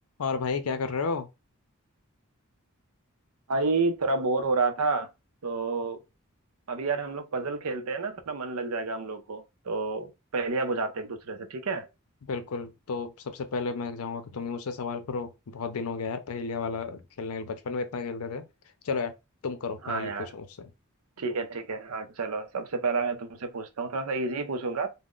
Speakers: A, on the left (about 75°); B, on the right (about 80°).
A: और भाई क्या कर रहे हो
B: भाई थोड़ा बोर हो रहा था तो अभी यार हम लोग पजल खेलते हैं ना थोड़ा मन लग जाएगा हम लोग को तो पहेलियां बुझाते हैं एक दूसरे से ठीक है
A: बिल्कुल तो सबसे पहले मैं चाहूंगा कि तुम ही मुझसे सवाल करो बहुत दिन हो गया यार पहेलियां वाला खेलने के बचपन में इतना खेलते थे चलो यार तुम करो पहेली
B: हाँ यार
A: पूछो मुझसे
B: ठीक है ठीक है हाँ चलो सबसे पहला मैं तुमसे पूछता हूँ थोड़ा सा इजी ही पूछूंगा